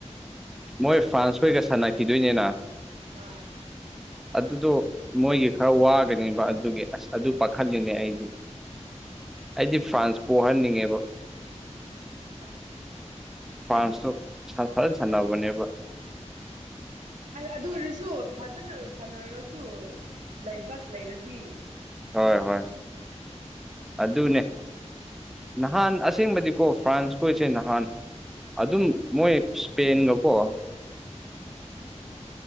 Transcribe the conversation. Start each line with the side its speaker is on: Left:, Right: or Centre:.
Centre: ꯃꯣꯏ ꯐ꯭ꯔꯥꯟꯁ ꯈꯣꯏꯒ ꯁꯥꯟꯅꯈꯤꯗꯣꯏꯅꯦꯅ
Right: ꯑꯥ
Centre: ꯑꯗꯨꯗꯣ ꯃꯣꯏꯒꯤ ꯈꯔ ꯋꯥꯒꯅꯦꯕ ꯑꯗꯨꯒꯤ ꯑꯁ ꯑꯗꯨ ꯄꯥꯈꯠꯂꯤꯅꯦ ꯑꯩꯗꯤ ꯑꯩꯗꯤ ꯐ꯭ꯔꯥꯟꯁ ꯄꯣꯛꯍꯟꯅꯤꯡꯉꯦꯕ
Right: ꯑꯁ
Centre: ꯐ꯭ꯔꯥꯟꯁꯇꯣ
Right: ꯑꯩꯗꯣ
Centre: ꯐꯖꯅ ꯁꯥꯟꯅꯕꯅꯦꯕ
Right: ꯑꯗꯨ ꯑꯣꯏꯔꯁꯨ ꯐꯖꯅ ꯁꯥꯟꯅꯔꯁꯨ ꯂꯥꯏꯕꯛ ꯂꯩꯔꯗꯤ
Centre: ꯍꯣꯏ ꯍꯣꯏ ꯑꯗꯨꯅꯦ ꯅꯍꯥꯟ ꯑꯁꯦꯡꯕꯗꯤꯀꯣ ꯐ꯭ꯔꯥꯟꯁꯈꯣꯏꯁꯦ ꯅꯍꯥꯟ ꯑꯗꯨꯝ ꯃꯣꯏ ꯏꯁꯄꯦꯟꯒꯀꯣ
Right: ꯎꯝ